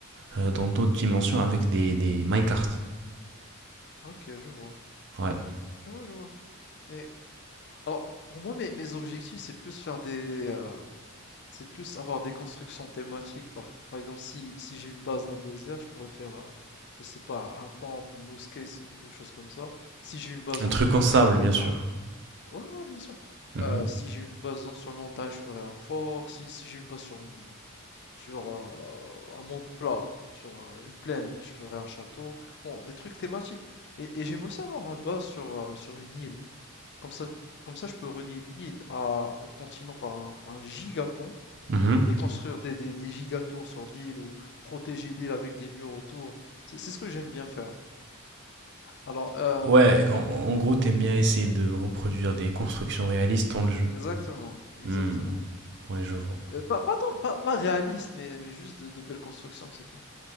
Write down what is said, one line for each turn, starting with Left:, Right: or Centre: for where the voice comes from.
Right: euh, euh, dans d'autres dimensions, avec des, des minecarts.
Left: OK, je vois.
Right: Ouais.
Left: Je vois, je vois. Mais alors, pour moi, mes mes objectifs, c'est plus faire des, heu, c'est plus avoir des constructions thématiques. Par par exemple, si si j'ai une base dans le désert, je pourrais faire, heu, je sais pas, un temple, une mosquée, c'est quelque chose comme ça. Si j'ai une base
Right: Un
Left: dans
Right: truc
Left: une montagne,
Right: en sable,
Left: je pourrais
Right: bien
Left: faire
Right: sûr.
Left: Ouais, ouais, bien sûr.
Right: Mhm.
Left: Heu, si j'ai une base dans sur le montagne, je ferai un fort. Si si j'ai une base sur une sur, heu, un monde plat, sur, heu, une plaine, je ferai un château. Bon, des trucs thématiques et et j'aime aussi avoir ma base sur, heu, sur une île. Comme ça comme ça, je peux relier l'île à au continent par un par un gigapont
Right: Mhm.
Left: et construire des des des giga sur l'île ou protéger l'île avec des murs autour. C'est c'est ce que j'aime bien faire. Alors, heu
Right: Ouais,
Left: et
Right: en,
Left: on
Right: en gros, t'aimes
Left: oui,
Right: bien essayer de reproduire des constructions réalistes dans le jeu.
Left: exactement, exactement.
Right: Hmm. Ouais, je vois.
Left: Heu, pas pas tant, pas pas réaliste, mais mais juste de de belles constructions, c'est tout.